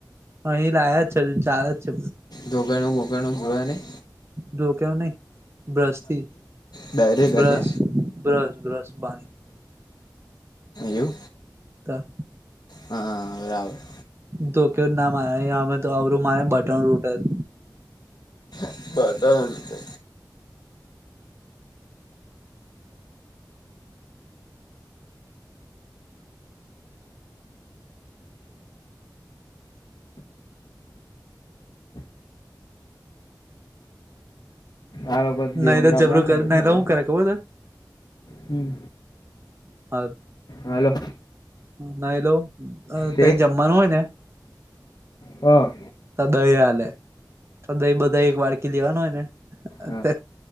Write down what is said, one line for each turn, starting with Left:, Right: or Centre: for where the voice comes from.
Right: અહીં લાયા જ છે ચા જ છે
Left: જોગાણું બોગાણું જોયા ની
Right: જો કેવ નહી બ્રશ થી
Left: ડાયરેક
Right: બ્રશ
Left: હજે
Right: બ્રશ બ્રશ બાની
Left: એવુ
Right: ક
Left: હા બરાબર
Right: ધો્યો ના મારે અમે તો અરું મારે બટન તૂટેલું
Left: <unintelligible> આારગત ગ
Right: નઈ
Left: હમરા
Right: તો જબરું
Left: બાર
Right: કરે
Left: બેઠા
Right: નઈ તો હું કરે ખબર તને
Left: હમ્મ
Right: <inaudible>
Left: હાલો
Right: નાઈ લો અ
Left: તે
Right: ત જમવાનું હોય ને
Left: હા
Right: તો દહી આલે દય બધા એક વાડકી લેવાનું હોય ને અત
Left: હા